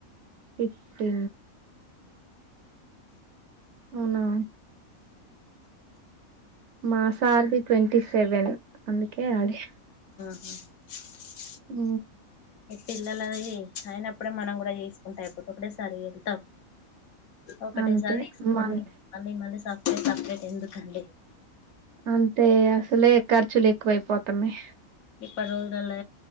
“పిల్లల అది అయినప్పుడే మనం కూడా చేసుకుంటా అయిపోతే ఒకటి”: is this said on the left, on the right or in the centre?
Left